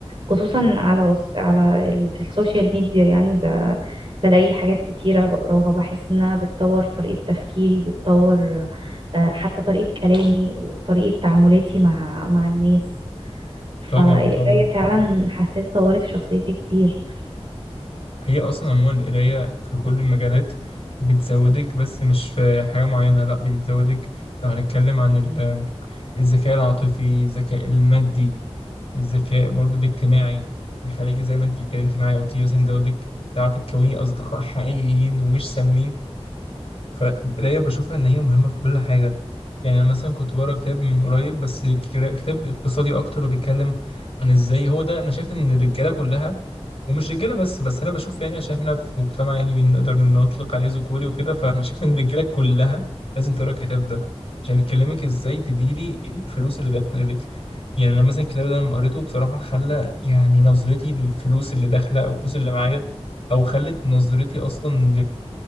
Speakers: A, on the right; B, on the left.
A: خصوصا على وص... على ال... في السوشيال ميديا يعني ب... بلاقي حاجات كتيرة بقراها بحس إنها بتطور طريقة تفكيري بتطور آه، حتى طريقة كلامي وطريقة تعاملاتي مع مع الناس
B: طبعا
A: فالقراية
B: طبعا
A: فعلا حسيت طورت في شخصيتي كتير
B: هي أصلا عموما القراية في كل المجالات بتزودك بس مش في حاجة معينة لأ دي بتزودك لو هنتكلم عن ال- الذكاء العاطفي الذكاء المادي الذكاء برضو الاجتماعي بيخليكي زي ما انت اتكلمتي معايا قلتي مثلا يزود لك تعرفي تكوني أصدقاء حقيقيين ومش سامين فالقراية بشوفها إن هي مهمة في كل حاجة يعني أنا مثلا كنت بقرا كتاب من قريب بس كرا- كتاب اقتصادي أكتر وبيتكلم عن إزاي هو ده أنا شايف إن الرجالة كلها ومش رجاله بس بس انا بشوف يعني عشان احنا في مجتمع يعني بنقدر نطلق عليه ذكوري وكده فاحنا شايف ان الرجاله كلها لازم تقرا الكتاب ده عشان بيكلمك ازاي تديري إيه الفلوس اللي داخله لك يعني انا مثلا الكتاب ده لما قريته بصراحه خلى يعني نظرتي للفلوس اللي داخله او الفلوس اللي معايا او خلت نظرتي اصلا